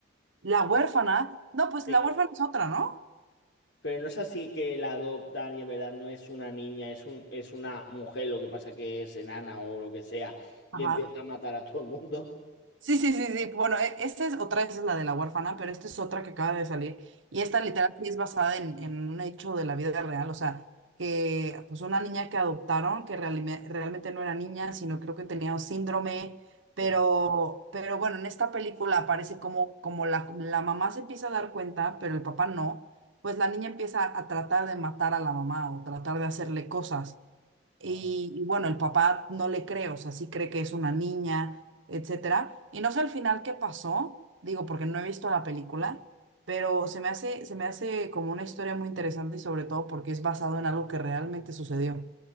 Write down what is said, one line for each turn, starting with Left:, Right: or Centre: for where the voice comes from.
Right: La huérfana. No, pues
Left: Sí.
Right: la huérfana es otra, ¿no?
Left: Pero no es así que la adoptan y en verdad no es una niña, es un, es una mujer, lo que pasa que es enana o lo que sea, y
Right: Ajá.
Left: empieza a matar a todo el mundo.
Right: Sí, sí, sí, sí. Bueno, e- esta es otra, esa es la de la huérfana, pero esta es otra que acaba de salir. Y esta literal sí es basada en, en un hecho de la vida real. O sea, que pues una niña que adoptaron, que realime- realmente no era niña, sino creo que tenía un síndrome. Pero,
Left: Sí.
Right: pero bueno, en esta película aparece como, como la, la mamá se empieza a dar cuenta, pero el papá no. Pues la niña empieza a tratar de matar a la mamá o tratar de hacerle cosas. Y,
Left: Ah,
Right: y bueno, el papá no le cree, o sea, sí cree que es una niña, etcétera. Y no sé al final qué pasó, digo, porque no he visto la película, pero se me hace, se me hace como una historia muy interesante y sobre todo porque es basado en algo que realmente sucedió.